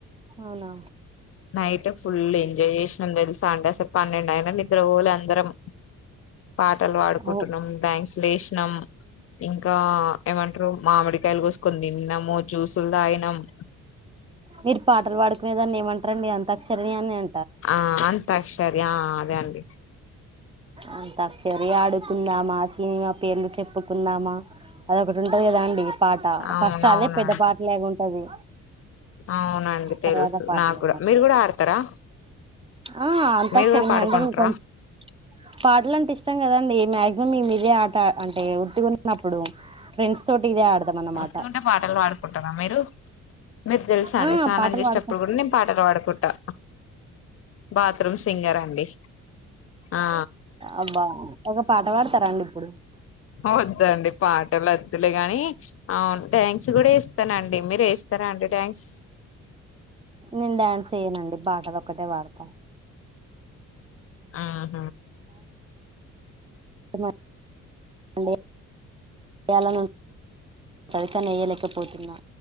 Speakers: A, on the right; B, on the left.
A: అవునా
B: నైట్ ఫుల్ ఎంజాయ్ చేసినం తెలుసా సండే సే పన్నెండు అయిన నిద్ర పోలే అందరం పాటలు పాడుకుంటున్నాం
A: అవు
B: డ్యాన్స్ లేసినాం ఇంకా ఏమన్ టరు మామిడికాయలు కోసుకని తిన్నాము జ్యూసులు తాగినము
A: మీరు పాటలు పాడుకునేదాన్ని ఏమంటారండి అంతాక్షరి అని అ
B: ఆ అంతక్షరి ఆ అదే అండి
A: అంతక్షరి ఆడుకుందామా సినిమా పేర్లు చెప్పుకుందామా అదొకటి ఉంటది కదా అండి పాట
B: అవునవునండి
A: ఫస్ట్ అదే పెద్ద పాటలగా ఉంటది
B: అవునండి తెలుసు
A: తర్వాత పాటలు
B: నాకు కూడా మీరు కూడా ఆడతారా
A: ఆ అంతక్షరి
B: మీరు కూడా పాడుకుంటారా
A: మీ అంటే మీ కోన్ పాటలుంటే ఇష్టం కదండి మాక్సిమం మేము ఇదే ఆట అంటే వుత్తిగున్నప్పుడు ఫ్రెండ్స్ తోటి ఇదే ఆడదాం అన్నమాట
B: వుత్తిగుంటే పాటలు పాడుకుంటారా మీరు మీరు తెలుసా అండి
A: ఆ
B: స్నానం
A: పాటలు
B: చేసేటప్పుడు
A: పాడతాం
B: కూడా నేను పాటలు పాడుకుంటా బాత్రూమ్ సింగర్ అండి ఆ
A: అబ్బా ఒక పాట పాడతారండి ఇప్పుడు
B: ఆ వద్దండి పాటలు వద్దులే గాని అవును డాన్స్ కూడా ఎస్తానండి మీరు ఎస్త ఇస్తారా అండి డాన్స్
A: నేను డ్యాన్స్ ఎయ్యనండి బాటలు ఒక్కటే పాడతా
B: ఆహా
A: అ చేయాలని పైతాన్ని ఎయలేకపోతున్నా